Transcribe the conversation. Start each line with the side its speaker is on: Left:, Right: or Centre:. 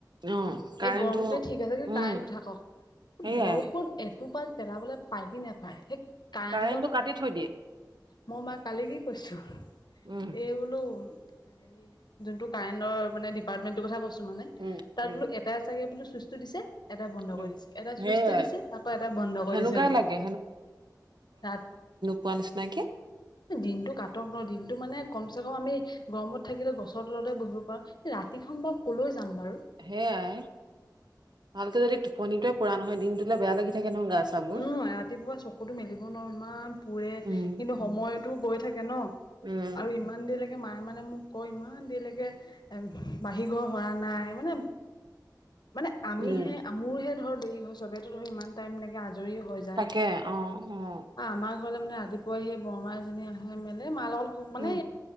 Right: অ কাৰেণ্টটো
Left: এই গৰমটোৱে ঠিক আছে কিন্তু
Right: উম
Left: কাৰেণ্টটো থাকক
Right: সেইয়াই
Left: বৰষুণ এটোপাল পেলাবলৈ পায় কি নেপায় সেই কাৰেণ্টৰ
Right: কাৰেণ্টটো কাটি থৈ দিয়ে।
Left: মই মাক কালি কি কৈছো
Right: উম।
Left: এই বোলো হেৰি যোনটো কাৰেণ্টৰ মানে ডিপাৰ্টমেণ্টৰ কথা কৈছো। মানে
Right: উম
Left: তাত
Right: উম
Left: বোলো এটা এ চাগে বোলো চুইচটো দিছে এটাই বন্ধ
Right: উম
Left: কৰি দিছে এটাই
Right: সেইয়াই
Left: চুইচটো দিছে আকৌ এটাই বন্ধ
Right: সেনেকুৱাই
Left: কৰি দিছে বোলো
Right: লাগে
Left: তাত
Right: পোৱা নিচিনাকৈ।
Left: দিনটো কাটক ন দিনটো মানে কমচে কম আমি গৰমত থাকিলে গছৰ তলতে বহিব পাৰো কিন্তু ৰাতিখন বাৰু কলৈ যাম বাৰু।
Right: সেয়াই ভালকে যদি টোপনিটোৱে পুৰা নহয় দিনটোলৈ বেয়া লাগি থাকে নহয় গা চাবোৰ
Left: উম, ৰাতিপুৱা চকুতো মেলিব নোৱাৰো ইমান পোৰে।
Right: উম
Left: কিন্তু সময়তো গৈ থাকে ন।
Right: উম।
Left: আৰু ইমান দেৰিলৈকে মায়ে মানে মোক কয় ইমান দেৰিলৈকে বাহিৰ ঘৰ সৰা নাই মানে মানে আমিহে
Right: উম
Left: মোৰহে ধৰ দেৰি হয় চবেতো ধৰ ইমান টাইম লাগে আজৰি হয়
Right: তাকে অ', অ'।
Left: আমাৰ ঘৰলৈ মানে ৰাতিপুৱাই সেই বৰমা এজনী আহে মেলে মাৰ লগত মানে
Right: উম